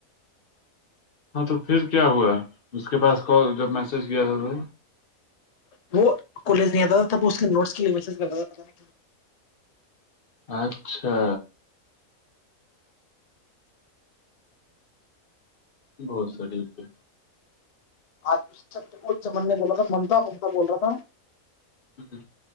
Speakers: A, on the left (about 40°); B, on the left (about 70°).
A: ہاں تو پھر کیا ہوا ہے اسس کے پاس کال جب میسج کیا تھا تو
B: وہ کالج نہیں آتا تھا تب اس کے نوٹس کے لیے می کرتا تھا پ
A: اچھا بہت سٹیک ہے
B: آج کو جمن نے بولا تھا ممتا ممتا بول رہا تھا
A: ہ